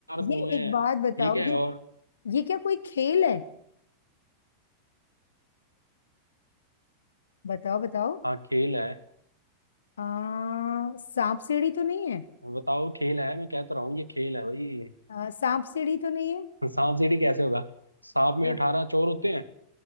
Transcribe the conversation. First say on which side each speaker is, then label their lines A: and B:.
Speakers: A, on the left; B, on the left.
A: कुएं
B: ये
A: हैं
B: एक बात बताओ
A: ठीक है
B: ये
A: और
B: ये क्या कोई खेल है बताओ बताओ
A: हाँ खेल है
B: आ, सांप सीढ़ी तो नहीं है
A: बताओ खेल है मैं कहता रहा हूँ ये खेल है भाई
B: आ, सांप सीढ़ी तो नहीं है
A: सांप सीढ़ी कैसे होगा सांप में
B: वो
A: अठारह चोर होते हैं